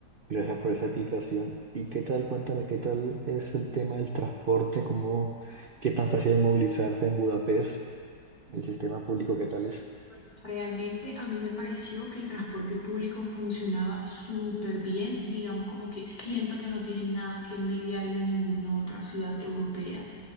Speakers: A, on the right; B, on the left.
A: gracias por esa aplicación. ¿Y qué tal? Cuéntame, ¿qué tal es el tema del transporte? ¿Cómo, qué tan fácil es movilizarse en Budapest? ¿El sistema público qué tal es?
B: Bueno, realmente a mí me pareció que el transporte público funcionaba súper bien, digamos como que siento que no tienen nada que envidiarle a ninguna otra ciudad europea.